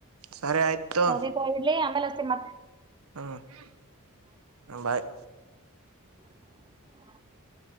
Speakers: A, on the right; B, on the right.
A: ಸರಿ ಆಯ್ತು
B: ಸರಿತ ಇಡ್ಲಿ ಆಮೇಲೆಷ್ಟತಿ ಮತ್ತೆ
A: ಹ್ಮ್ ಬಾಯ್
B: ಹ್ಮ